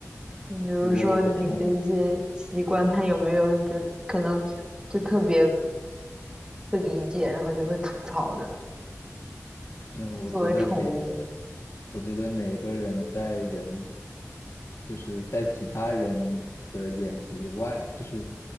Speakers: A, on the right; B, on the left.
A: 你比如说你的一些习惯，
B: 主播我的宠物，
A: 他有没有觉得可能就特别不理解，然后就会吐槽的？
B: 嗯，我觉得每，
A: 作为宠物，
B: 我觉得每一个人在人，就是在其他人的眼皮外，就是